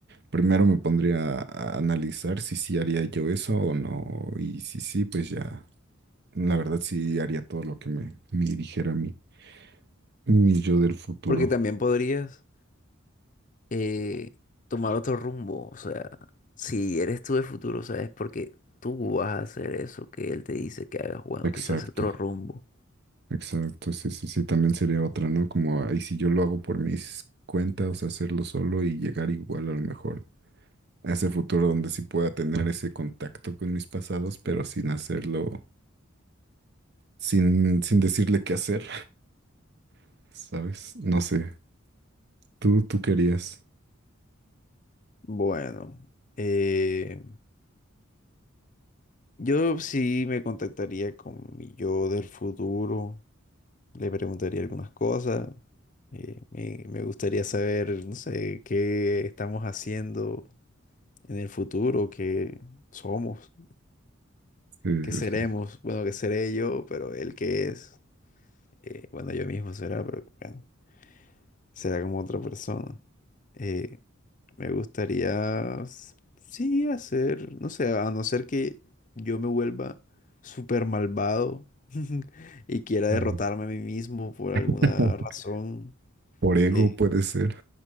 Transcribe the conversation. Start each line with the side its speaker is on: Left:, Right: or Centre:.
Right: primero me pondría a analizar si sí haría yo eso o no. Y si sí, pues ya, la verdad sí haría todo lo que me, me dijera a mí, mi yo del futuro.
Left: Porque también podrías eh, tomar otro rumbo, o sea, si eres tú del futuro, ¿sabes? Porque tú vas a hacer eso que él te dice que hagas, bueno,
Right: Exacto.
Left: quizás otro rumbo.
Right: Exacto, sí, sí, sí, también sería otra, ¿no? Como, ahí si yo lo hago por mis cuentas, hacerlo solo y llegar igual a lo mejor a ese futuro donde sí pueda tener ese contacto con mis pasados, pero sin hacerlo, sin, sin decirle qué hacer, <laughs> ¿sabes? No sé, tú, tú querías.
Left: Bueno, eh, yo sí me contactaría con mi yo del futuro, le preguntaría algunas cosas, eh, me, me gustaría saber, no sé, qué estamos haciendo en el futuro, qué somos,
Right: Sí,
Left: qué
Right: sí,
Left: seremos,
Right: sí.
Left: bueno, qué seré yo, pero él qué es. eh, bueno, yo mismo será, pero bueno, será como otra persona. Eh, me gustaría, s- sí, hacer, no sé, a no ser que yo me vuelva súper malvado <laughs> y quiera derrotarme
Right: Mm.
Left: a mí mismo por alguna
Right: <laughs>
Left: razón.
Right: Por ego
Left: eh,
Right: puede ser.